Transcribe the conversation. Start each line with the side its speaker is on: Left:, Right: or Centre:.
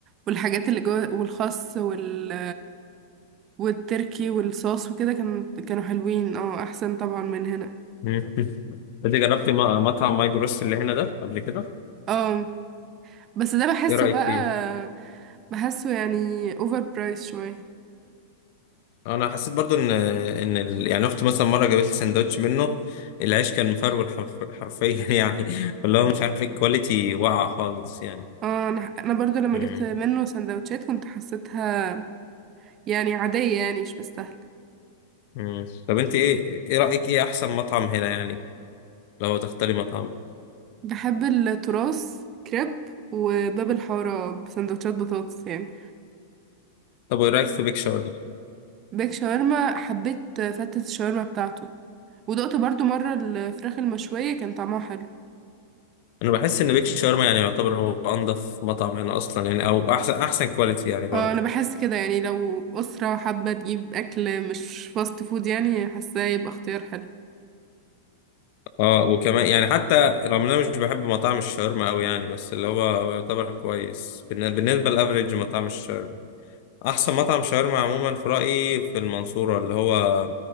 Right: والحاجات اللي جوه والخس وال... والتركي والصوص وكده كان... كانوا حلوين اه احسن طبعا من هنا
Left: <laughs> مم. انت جربت م- مطعم ماي جروس اللي هنا ده قبل كده
Right: اه بس ده بحسه
Left: ايه رأيك
Right: بقى
Left: فيه
Right: بحسه يعني اوفر برايس شويه
Left: انا حسيت برضو ان ان ال... يعني اختي مثلا مره جابت لي سندوتش منه العيش كان مفرول حرف... حرفيا <laughs> يعني اللي هو مش عارف الكواليتي واقعه خالص يعني
Right: اه انا انا برضو لما
Left: مم.
Right: جبت منه سندوتشات كنت حسيتها يعني عاديه يعني مش مستاهله
Left: مم. طب انت ايه ايه رأيك ايه احسن مطعم هنا يعني لو تختاري مطعم
Right: بحب التراث كريب وباب الحارة بسندوتشات بطاطس يعني
Left: طب وايه رأيك في بيك شاورما
Right: بيك شاورما حبيت فتة الشاورما بتاعته ودقت برضو مرة الفراخ المشوية كان طعمها حلو
Left: انا بحس ان بيك شاورما يعني يعتبر هو انضف مطعم هنا اصلا يعني او احسن احسن كواليتي يعني برضه
Right: اه انا بحس كده يعني لو أسرة حابة تجيب أكل مش فاست فود يعني حاساه يبقى اختيار حلو
Left: اه وكمان يعني حتى رغم ان انا مش بحب مطاعم الشاورما قوي يعني بس اللي هو هو يعتبر كويس بالن- بالنسبة لافريج مطاعم الشاورما احسن مطعم شاورما عموما في رأيي في المنصورة اللي هو